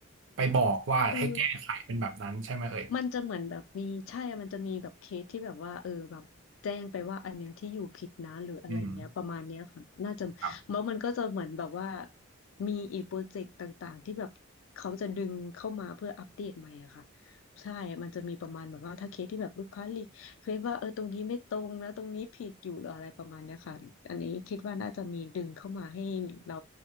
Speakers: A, on the right; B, on the left.
A: ไปบอกว่าให้แก้ไขเป็นแบบนั้นใช่ไหมเอ่ย
B: คือมันจะเหมือนแบบมีใช่มันจะมีแบบเคสที่แบบว่าเออแบบแจ้งไปว่าอันเนี้ยที่อยู่ผิดนะหรืออะไรเงี้ยประมาณเนี้ยค่ะน่าจะแล้วมันก็จะเหมือนแบบว่า
A: อืมครับ
B: มีอีกโปรเจกต์ต่างๆที่แบบเขาจะดึงเข้ามาเพื่ออัปเดตใหม่อะค่ะใช่มันจะมีประมาณแบบว่าถ้าเคสที่แบบลูกค้ารี เคลมว่าเออตรงนี้ไม่ตรงนะตรงนี้ผิดอยู่หรืออะไรประมาณเนี้ยค่ะอันนี้คิดว่าน่าจะมีดึงเข้ามาให้เรา